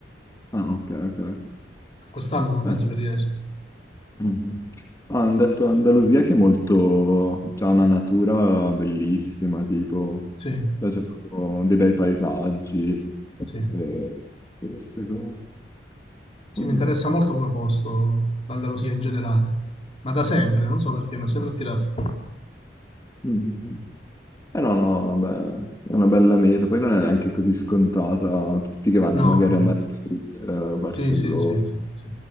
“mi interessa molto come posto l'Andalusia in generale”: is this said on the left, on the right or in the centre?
Left